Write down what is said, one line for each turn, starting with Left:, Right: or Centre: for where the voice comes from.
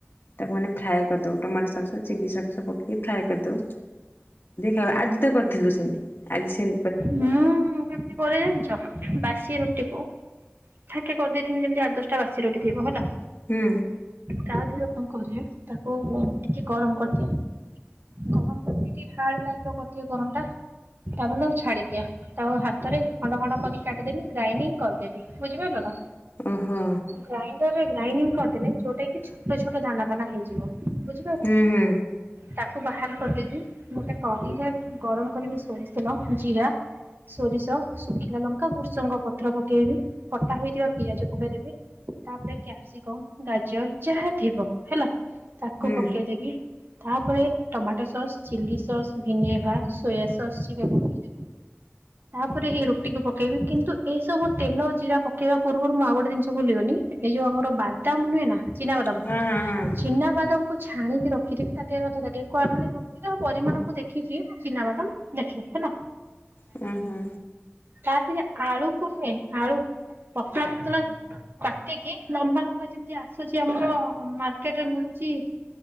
Left: ତାକୁ ମାନେ ଫ୍ରାଏ କରିଦଉ ଟମାଟୋ ସସ ଚିଲି ସସ ପକେଇକି ଫ୍ରାଏ କରିଦଉ ଖାଇ ଆଜି ତ କରିଥିଲୁ ସେମତି ଆଜି ସେମ
Right: ମୁଁ କେମିତି କରେ ଜାଣିଛ ବାସି ରୁଟି କୁ ଥାକେ କରିଦେଇଥିମି ଯେମିତି ଆଠ ଦଶଟା ବାସି ରୁଟି ଥିବ ହେଲା
Left: ହୁଁ।
Right: ତା ଦେହ କଣ କରେ ତାକୁ ଟିକେ ଗରମ କରିଦିଏ ଗରମ କ ହାର୍ଡ଼ ପାଗ <unintelligible> କରନ୍ତା ଟାପରେ ତାକୁ ଛାଡ଼ିଦିଅ ତାକୁ ହାତରେ ଖଣ୍ଡ ଖଣ୍ଡ କରି କାଟିଦେବି ଗ୍ରାଇନିଙ୍ଗ କରିଦେବି ବୁଝିପାରିଲ ନା
Left: ଓହୋ
Right: ଗ୍ରା--ଇ ଗ୍ରାଇଡିଂ କରିଦେଲେ ଯେଉଟାକି ଛୋଟ ଛୋଟ ଦାନା ଦାନା ହେଇଯିବ ବୁଝିପାରିଲ
Left: ହୁଁ ହୁଁ।
Right: ତାକୁ ବାହାର କରିଦେବି ଗୋଟେ କଢ଼େଇ ରେ ଗରମ କରିବି ସୋରିଷ ତେଲ ଜିରା ସୋରିଷ ଶୁଖିଲା ଲଙ୍କା ବୃଷଙ୍ଗ ପତ୍ର ପକେଇବି କଟା ହୋଇଥିବା ପିଆଜ ପକେଇଦେବି ତାପରେ କ୍ୟାପସିକମ ଗାଜର ଯାହା ଥିବ ହେଲା ତାକୁ
Left: ହୁଁ
Right: ପକେଇଦେବି ତାପରେ tomato sauce chilli sauce vinegar soya sauce ଟିକେ ପକେଇଦେବି ତାପରେ ଏଇ ରୁଟିକୁୁ ପକେଇବି କିନ୍ତୁ ଏସବୁ ତେଲ ଜିରା ପକେଇବା ପୂର୍ବରୁ ମୁଁ ଆଉ ଗୋଟେ ଜିନିଷ ଭୁଲିଗଲି ଏଇ ଯୋଉ ଆମର ବାଦାମ ନୁହେଁ ନା ଚିନାବାଦାମ୍
Left: ହଁ ହଁ ହଁ।
Right: ଚିନାବାଦମ୍ ଛାଣିକି ରଖିଥିବି ତାଟିଏ ଅଧେ ତାଟିଆ <unintelligible> ମାନେ ରୁଟିର ପରିମାଣକୁ ଦେଖିକି ମୁଁ ଚିନାବାଦାମ ଦେଖେ ହେଲା
Left: ହୁଁ ହୁଁ
Right: ତାଥିରେ ଆଳୁ କୁ ନୁହଁ ଆଳୁ ପତଳା ପତଳା କାଟି କି ଲମ୍ବା ଲମ୍ବା ଯେମିତି ଆସୁଛି ଆମର ମାର୍କେଟରେ ମିଳୁଛି